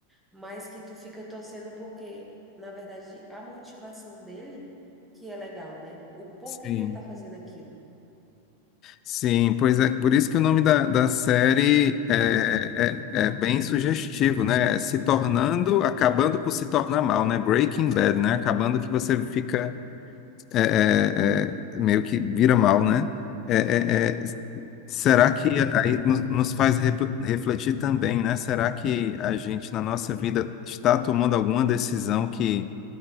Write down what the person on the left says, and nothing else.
sim,
sim, pois é, por isso que o nome da, da série é, é, é bem sugestivo, né, é se tornando,
acabando por se tornar mal, né, Breaking Bad, né, acabando que você fica é, é, é, meio que vira mal, né? É,
é, é,
será
que
aí
nos, nos faz rep- refletir também, né? Será que a gente, na nossa vida, está tomando alguma decisão que